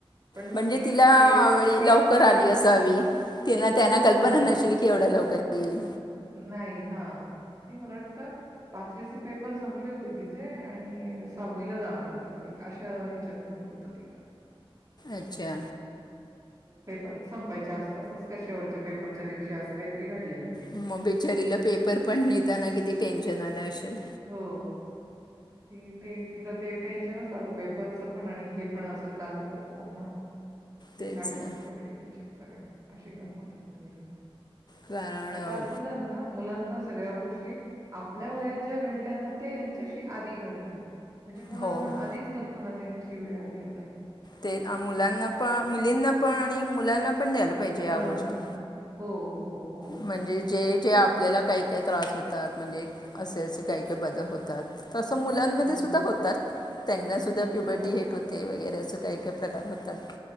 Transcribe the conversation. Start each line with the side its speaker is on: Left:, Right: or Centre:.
Right: पण मग
Left: म्हणजे
Right: ती
Left: तिला
Right: पण वेळेच्या
Left: वेळी
Right: आधी
Left: लवकर
Right: आल्यामुळे
Left: आली असा हवी. त्यांना
Right: हो,
Left: कल्पना
Right: हो.
Left: नशील की एवढं लवकर येईल.
Right: नाही हा ती मला वाटत. पाचवीचे पेपर संपले होते तिचे आणि सहावीला जाणार आता ती अशा याच्यात. झालं होतं तिचा
Left: अच्छा
Right: पेपर संपायच्या आसपासच कश वटच्या पेपरच्या दिवशी असं काहीतरी घडलेलं आहे त.
Left: मग बिचारीला पेपर पण नेताना किती टेन्शन आलं असेल.
Right: हो ती ते तिला ते टेन्शनच आल पेपरचं पण आणि हे पण असं का झालं हो म्हणून ती
Left: तेच
Right: शाळेतच
Left: ना
Right: पडली ती चक्कर या अशी गंमत होऊन गेली.
Left: कारण अ,
Right: आता असं झालं ना मुलांना सगळ्या गोष्टी आपल्या वयात. जे घडलंना ते यांच्याशी आधि घडतंय म्हणजे मुलांना
Left: हो हो
Right: आधिच कल्पना ना देण्याची वेळ आली आता ह
Left: ते मुलांना पण मुलींना पण आणि मुलांना पण द्यायला पाहिजे या
Right: मुलांना
Left: गोष्टी.
Right: पण. हो हो हो
Left: म्हणजे जे जे आपल्याला काही काही त्रास होतात. म्हणजे असे असे काही काही बदल होतात. तं मुलांमध्ये
Right: हं,
Left: सुद्धा होतात
Right: हं.
Left: त्यांना सुुद्धा प्युबर्टी
Right: हो.
Left: हेट होते वगैरे असं काही काही प्रकार होतात